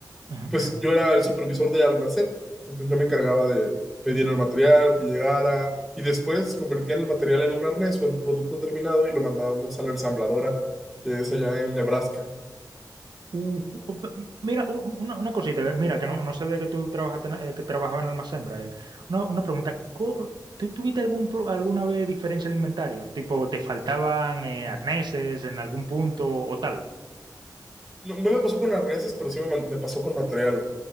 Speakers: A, on the right (about 75°); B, in the centre.
A: ujú,
B: Pues
A: ujú.
B: yo era el supervisor de almacén, entonces yo me encargaba de pedir el material que llegara y después convertían el material en un arnés o en producto terminado y lo mandábamos a la ensambladora, que es allá en Nebraska.
A: Uf, uf, mira, u- u- una, una cosita, eh, mira, que no, no sabía que tú trabajaste, en- eh, que trabajabas en almacén, Brian. Una, una pregunta, co- ¿tú tuviste algún, pro- alguna vez diferencia de inventarios? Tipo, ¿te faltaban eh, arneses en algún punto o tal?
B: No, no me pasó con arneses, pero sí me, man- me pasó con material,